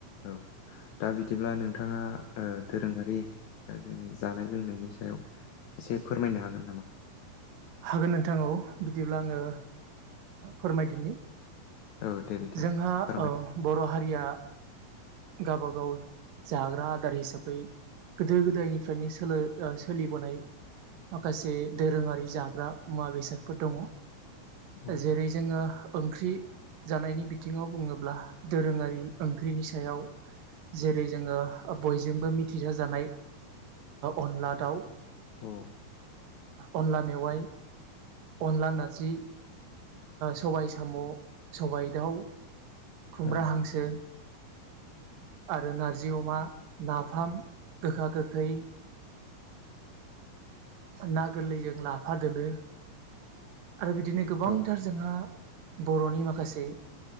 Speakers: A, on the left (about 65°); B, on the right (about 75°).
A: औ दा बिदिब्ला नोंथांङा दोरोङारि दा जोंनि जानाय लोंनायनि सायाव एसे फोरमायनो हागोन नामा?
B: हागोन नोंथां औ बिदिब्ला आंङो फोरमायदिनि
A: औ दे बिथां
B: जोंहा
A: फोरमायदो
B: ओ बर' हारिया गावबागाव जाग्रा आदार हिसाबै गोदो गोदायनिफ्रायनो सोलो सोलिबोनाय माखासे दोरोंङारि जाग्रा मुवा बेसादफोर दंङो।
A: औ
B: जेरै जोंङो ओंख्रि जानायनि बिथिंङाव बुङोब्ला दोरोंङारि ओंख्रिनि सायाव जेरै जोंङो बयजोंबो मिथिजाजानाय अनला दाउ
A: औ
B: अनला मेवाय अनला नारजि सबाय साम' सबाय दाउ खुमब्रा
A: औ नोंथां
B: हांसो आरो नारजि अमा नाफाम गोखा गोखै ना गोरलैजों लाफा दोलो आरो बिदिनो गोबांथार
A: औ
B: जोंहा बर'नि माखासे